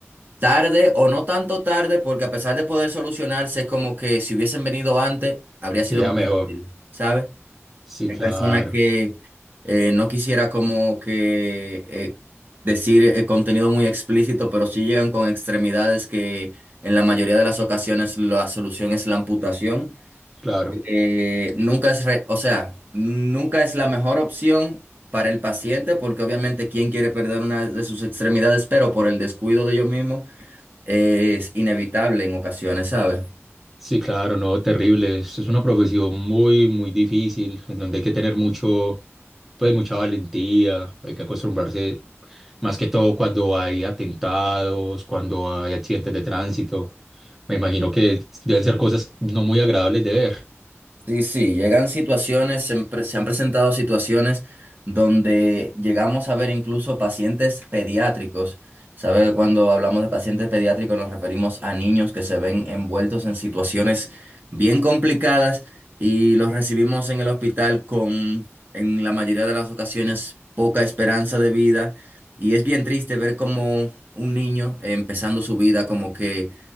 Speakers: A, on the right; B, in the centre.
A: Tarde o no tanto tarde, porque a pesar de poder solucionarse, es como que si hubiesen venido antes, habría sido
B: Sería
A: más
B: mejor.
A: fácil, ¿sabes?
B: Sí,
A: Hay
B: claro,
A: personas que eh, no quisiera como que eh, decir eh, contenido muy explícito, pero sí llegan con extremidades que en la mayoría de las ocasiones la solución es la amputación.
B: claro.
A: Eh, nunca es, re- o sea, nunca es la mejor opción para el paciente, porque obviamente quién quiere perder una de sus extremidades, pero por el descuido de ellos mismos es inevitable en ocasiones, ¿sabes?
B: Sí, claro, no, terrible. Es es una profesión muy, muy difícil, en donde hay que tener mucho, pues mucha valentía, hay que acostumbrarse, más que todo cuando hay atentados, cuando hay accidentes de tránsito. Me imagino que deben ser cosas no muy agradables de ver.
A: Sí, sí, llegan situaciones, se, han pre- se han presentado situaciones donde llegamos a ver incluso pacientes pediátricos. ¿Sabe? Cuando hablamos de pacientes pediátricos nos referimos a niños que se ven envueltos en situaciones bien complicadas y los recibimos en el hospital con, en la mayoría de las ocasiones, poca esperanza de vida. Y es bien triste ver como un niño eh, empezando su vida como que